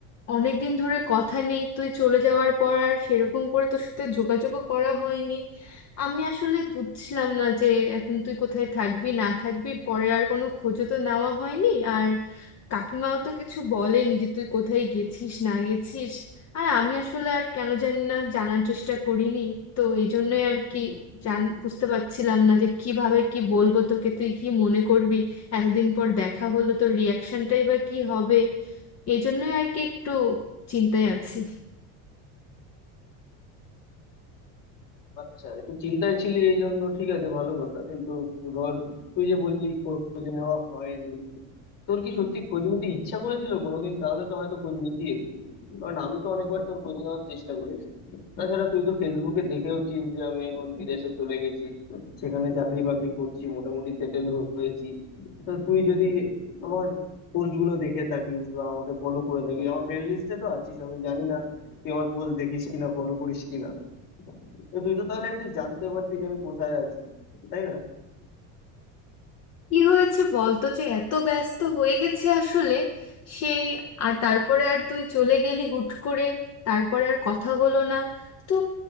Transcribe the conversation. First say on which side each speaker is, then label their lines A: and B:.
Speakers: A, on the left; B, on the left.
A: অনেকদিন ধরে কথা নেই তুই চলে যাওয়ার পর আর সেরকম করে তোর সাথে যোগাযোগও করা হয়নি আমি আসলে বুঝলাম না যে এখন তুই কোথায় থাকবি না থাকবি পরে আর কোনো খোঁজও তো নেওয়া হয়নি আর কাকিমাও তো কিছু বলেনি যে তুই কোথায় গেছিস না গেছিস আর আমি আসলে আর কেন জানি না জানার চেষ্টা করিনি তো এই জন্যই আর কি জান বুঝতে পারছিলাম না যে কিভাবে কি বলবো তোকে তুই কি মনে করবি এতদিন পর দেখা হলো তো রিয়াকশনটাই বা কি হবে এই জন্যই আর কি একটু চিন্তায় আছি
B: আচ্ছা একটু চিন্তায় ছিলি এই জন্য ঠিক আছে ভালো কথা কিন্তু ধর তুই যে বললি খোঁজ নেওয়া হয়নি তোর কি সত্যি খোঁজ নিতে ইচ্ছা করেছিল কোনোদিন তাহলে তো হয়তো খোঁজ নিতি একটু কারণ আমি তো অনেকবার তোর খোঁজ নেওয়ার চেষ্টা করেছি তাছাড়া তুই তো ফেসবুকে দেখেওছিস যে আমি এখন বিদেশে চলে গেছি সেখানে চাকরি বাকরি করছি মোটামুটি সেটেল হয়েছি তো তুই যদি আমার পোস্ট গুলো দেখে থাকিস বা আমাকে ফলো করে থাকিস আমার ফ্রেন্ড লিস্টে তো আছিস আমি জানি না তুই আমার পোস্ট দেখিস কিনা ফলো করিস কিনা তো তুই তো তাহলে অ্যাটলিস্ট জানতে পারতি যে আমি কোথায় আছি তাই না
A: কি হয়েছে বলতো যে এত ব্যস্ত হয়ে গেছে আসলে সেই আর তারপরে আর তুই চলে গেলি হুট করে তারপরে আর কথা হলো না তো